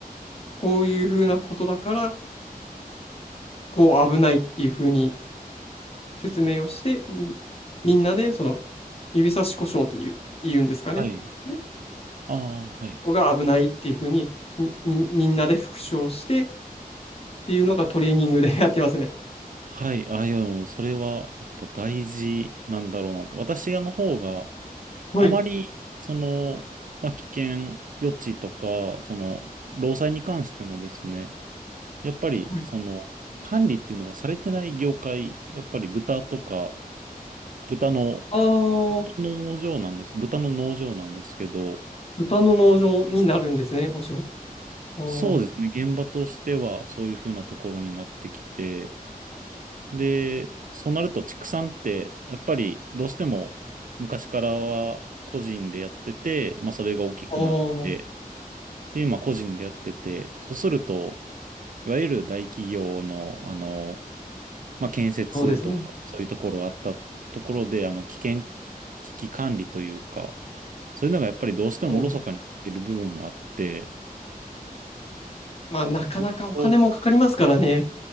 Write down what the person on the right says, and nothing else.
はい。
ああ、はい。
はい。あ、いや、でもそれはやっぱ大事なんだろうなって。私の方が、
あまり、その、まあ、危険予知とか、その、労災に関してもですね、やっぱり、
その、管理っていうのがされてない業界、やっぱり豚とか、豚の
農場なんです。豚の農場なんですけど、
そうですね、現場としてはそういうふうなところになってきて、で、そうなると畜産って、やっぱりどうしても昔からは個人でやってて、まあそれが大きくなって、
っていうまあ個人でやってて、そうすると、いわゆる大企業の、あの、まあ建設とか、
そういうところあったところで、あの、危険、危機管理というか、そういうのがやっぱりどうしてもおろそかになってる部分もあって、
でそう